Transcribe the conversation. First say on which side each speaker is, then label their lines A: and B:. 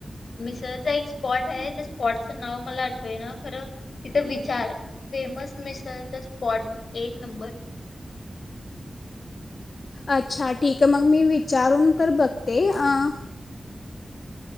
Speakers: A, on the left; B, on the left.
A: मिसळचा एक स्पॉट आहे त्या स्पॉटच नाव मला आठवे ना खरं तिथं विचार फेमस मिसळचा स्पॉट एक नंबर
B: अच्छा ठीक आहे मग मी विचारून तर बघते अं